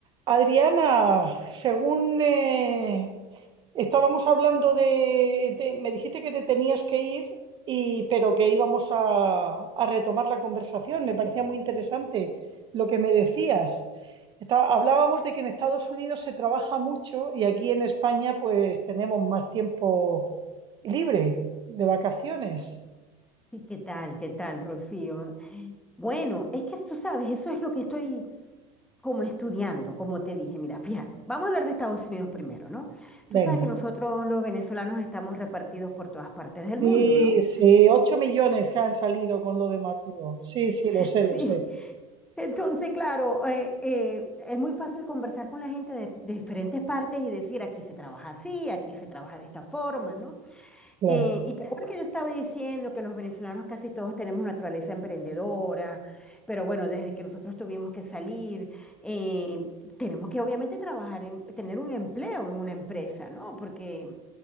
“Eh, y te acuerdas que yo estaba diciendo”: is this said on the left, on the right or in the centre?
Centre